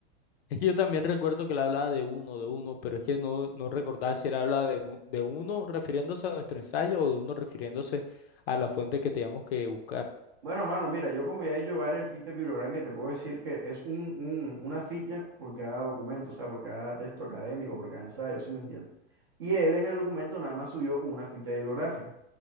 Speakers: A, on the left; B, on the right.
A: Es que yo también recuerdo que él hablaba de uno, de uno, pero es que no, no recordaba si él hablaba de, nu- de uno refiriéndose a nuestro ensayo o de uno refiriéndose a la fuente que teníamos que buscar.
B: Bueno, mano, mira, yo como ya he hecho varias fichas bibliográficas, te puedo decir que es un, un- una ficha por cada documento, o sea, por cada texto académico, por cada ensayo, ¿sí me entiendes? Y él en el documento nada más subió una ficha bibliográfica.